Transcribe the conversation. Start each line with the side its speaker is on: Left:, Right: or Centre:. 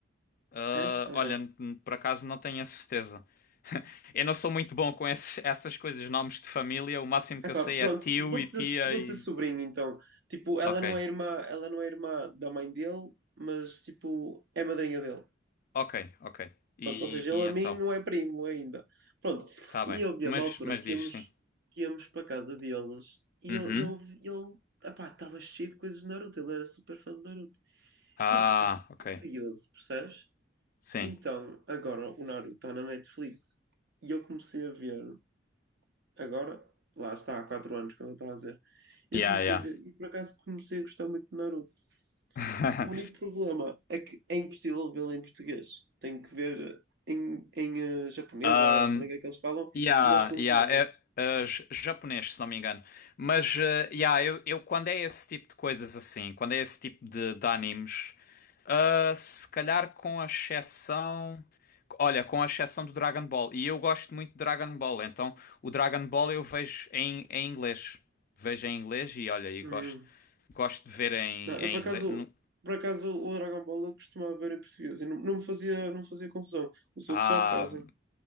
Left: Ah,
Right: É ou
Left: olha,
Right: não?
Left: n- por acaso não tenho a certeza. <laughs> Eu não sou muito bom com esses- essas coisas, nomes de família. O máximo que
Right: Epá,
Left: eu sei
Right: pronto,
Left: é tio
Right: vou
Left: e
Right: dizer,
Left: tia
Right: vou
Left: e.
Right: dizer sobrinho então. Tipo, ela
Left: Ok,
Right: não é irmã, ela não é irmã da mãe dele, mas tipo, é madrinha dele.
Left: ok, ok. E,
Right: Pronto, ou seja, ele
Left: e
Right: a
Left: então?
Right: mim não é primo ainda. Pronto,
Left: Tá
Right: e
Left: bem.
Right: eu vi
Left: Mas,
Right: uma altura
Left: mas
Right: que
Left: diz
Right: íamos,
Left: sim.
Right: que íamos para a casa deles e
Left: Uhum.
Right: eu- ele, ele, epá, estava cheio de coisas de Naruto, ele era super fã de Naruto.
Left: Ah,
Right: E epá, epá,
Left: ok.
Right: fiquei curioso, percebes?
Left: Sim.
Right: Então, agora o Naruto está na Netflix e eu comecei a ver agora, lá está, há 4 anos, quando eu estava a dizer. Eu
Left: Yeah,
Right: comecei a ver e por acaso comecei a gostar muito de Naruto.
Left: yeah.
Right: O único problema é que é impossível vê-lo em português. Tenho que ver em, em eh, japonês
Left: <laughs>
Right: ou a língua que eles falam,
Left: Yeah,
Right: mas com legendas.
Left: yeah, é, é j- japonês, se não me engano. Mas, eh, yeah, eu, eu quando é esse tipo de coisas assim, quando é esse tipo de, de animes, ah, se calhar com a exceção. Olha, com a exceção do Dragon Ball. E eu gosto muito de Dragon Ball, então o Dragon Ball eu vejo em, em inglês. Vejo em inglês e olha, e
Right: Hum.
Left: gosto, gosto de ver em,
Right: Não, eu
Left: em
Right: por acaso,
Left: inglês. Nu-
Right: por acaso o Dragon Ball eu costumava ver em português e não, não me fazia, não me fazia confusão. Os
Left: Ah.
Right: outros já fazem.